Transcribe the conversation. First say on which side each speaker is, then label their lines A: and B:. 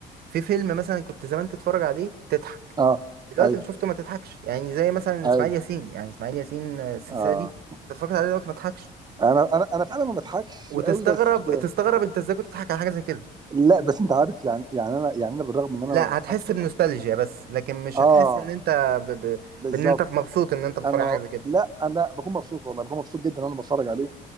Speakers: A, on the right; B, on the right.
A: في فيلم مثلا كنت زمان تتفرج عليه تضحك
B: آه،
A: دلوقتي
B: أيوه.
A: اللي شفته ما تضحكش يعني زي مثلا
B: ايوه
A: اسماعيل ياسين يعني اسماعيل ياسين آه، السلسله
B: اه
A: دي انت اتفرجت عليه دلوقتي ما تضحكش
B: انا انا انا فعلا ما بضحكش
A: وتستغرب
B: قوي بس
A: تستغرب انت ازاي كنت تضحك على حاجه زي كده
B: لا بس انت عارف يعني يعني انا يعني انا بالرغم ان
A: لا
B: انا ما بضحكش
A: هتحس بنوستالجيا
B: اه
A: بس لكن مش
B: آه،
A: هتحس ان انت ب... ب...
B: بالظبط
A: بان انت مبسوط ان انت بتتفرج
B: انا
A: على حاجه زي كده
B: لا انا بكون مبسوط والله بكون مبسوط جدا وانا بتفرج عليه